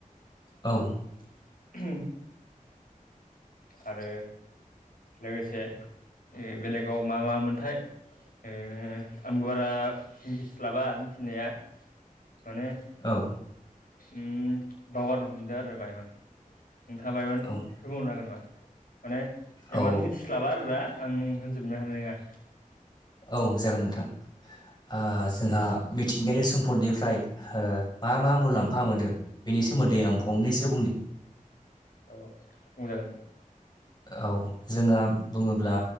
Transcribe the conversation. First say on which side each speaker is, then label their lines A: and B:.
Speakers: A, on the left; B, on the left.
A: औ।
B: <unintelligible> आरो लोगोसे ओ बेलेगाव मा मा मोनथाय ओम आंबो बारा मिन्थिस्लाबा मिथिनाया माने
A: औ।
B: उम बावगारनो हमदो आरो बाय नोंथाङा बायमान
A: औ
B: होबावनो हागोन नामा माने
A: औ
B: एमान मिथि स्लाबा आरोदा आं होनजोबनो हानाय नङा।
A: ओव जागोन नोंथां। ओ जोंहा मिथिंगायारि सम्पदनिफ्राय ओ मा मा मुलाम्फा मोनदो बेनि सोमोन्दै आं फंनैसो बुंनि।
B: अव बुंजागोन।
A: ओव जोंहा बुङोब्ला